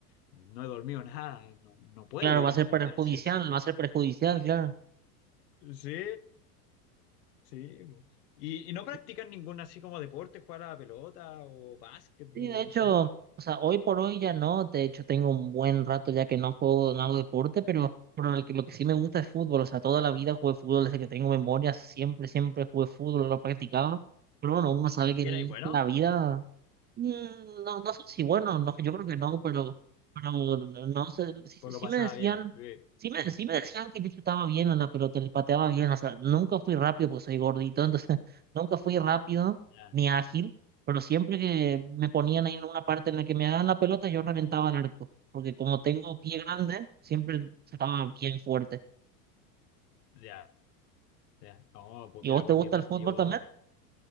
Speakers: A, on the left (about 75°); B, on the right (about 20°).
A: no he dormido nada, no, no puedo
B: Claro,
A: ir
B: va a
A: al
B: ser
A: gimnasio,
B: perjudicial,
A: sí.
B: va a ser perjudicial, claro.
A: Sí, sí. ¿Y, y no practican
B: Sí,
A: ningún así como deporte, jugar a la pelota o básquetbol,
B: sí, de hecho,
A: no sé?
B: o sea, hoy por hoy ya no. De hecho, tengo un buen rato ya que no juego, no hago deporte, pero, pero lo que, lo que sí me gusta es fútbol. O sea, toda la vida jugué fútbol desde que tengo memoria. Siempre, siempre jugué fútbol, lo practicaba. Pero bueno, uno sabe
A: ¿Y
B: que en
A: era bueno?
B: la vida Mm, No, no sé si bueno, no, yo creo que no, pero, pero no no sé, sí,
A: Pues
B: sí- sí
A: lo pasaba
B: me decían,
A: bien. Sí.
B: sí me, sí me decían que yo chutaba bien a la pelota, le pateaba bien, o sea, nunca fui rápido porque soy gordito, entonces <laughs> nunca fui rápido
A: Ya,
B: ni ágil, pero siempre que me ponían ahí en una parte en la que me daban la pelota, yo reventaba el arco, porque como tengo pie grande, siempre estaba bien fuerte.
A: ya, ya. No, pues
B: ¿Y
A: mira,
B: vos te
A: por
B: gusta
A: mi parte
B: el fútbol
A: yo,
B: también?